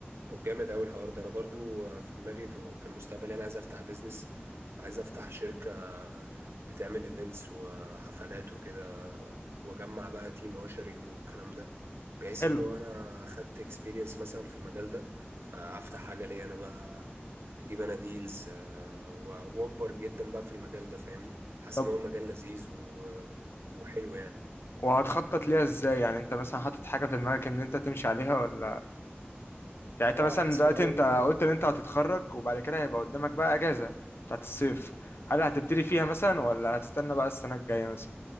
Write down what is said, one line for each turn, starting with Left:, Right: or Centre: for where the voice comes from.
Right: طب جامد قوي الحوار ده انا برضو في دماغي في في المستقبل انا عايز افتح بيزنس عايز افتح شركة بتعمل ايفنتس وحفلات وكده واجمع بقى تيم اوشرنج والكلام ده بحيث
Left: حلو
Right: اللي هو انا خدت اكسبيرينس مثلا في المجال ده فافتح حاجة ليا انا بقى اجيب انا ديلز واكبر جدا بقى في المجال ده فاهمني حاسس
Left: طب
Right: ان هو مجال لذيذ و... وحلو يعني
Left: وهتخطط ليها ازاي يعني انت مثلا حاطط حاجه في دماغك ان انت تمشي عليها ولا يعني انت
Right: اه
Left: مثلا
Right: عايز
Left: دلوقتي
Right: في الاول
Left: انت
Right: ان
Left: قلت
Right: انا
Left: ان انت هتتخرج وبعد كده هيبقى قدامك بقى اجازه بتاعت الصيف هل هتبتدي فيها مثلا ولا هتستنى بقى السنه الجايه مثلا